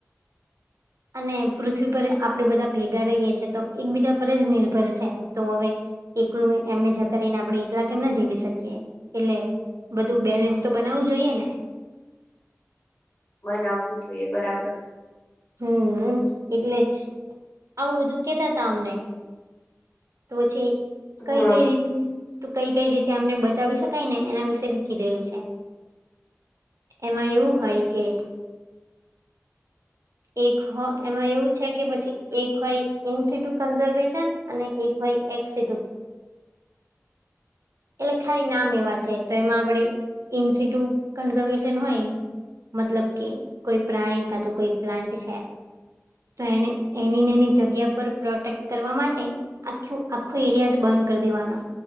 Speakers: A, on the right; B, on the left.
A: અને પૃથ્વી પર આપણેે બધા ભેગા રહીએ છીએ તો એકબીજા પર જ નિર્ભર છે તો હવે એકલું એમને જતા રહીને આપણે એકલા કેમ ના જીવી શકીએ એટલે બધું બેલેન્સ તો બનાવવું જોઈએ ને
B: બનાવવું જોઈએ બરાબર
A: હમ એટલે જ આવું બધું કેતા તા અમને તો પછી કઈ
B: હમ
A: કઈ રીતનું તો કઈ કઈ રીતે અમને બચાવી શકાય ને એના વિશેે બી કીધેલું છે એમાં એવું હોય કે એક હો એમાં એવું છે કે પછી એક હોય ઇન્સીિટુ કન્ઝર્વેશન અને એક હોય એક ેશ એટલે ખાલી નામ એવા છે તો એમાં આપણે ઇન્સ્ટિટ્યુટ કન્ઝર્વેશન હોય મતલબ કે કોઈ પ્રાણી કા તો કોઈ પ્લાન્ટ છે તો એને એની ને એની જગ્યા પર પ્રોટેક્ટ કરવા માટે આખું આખું એરિયા જ બંધ કરી દેવાના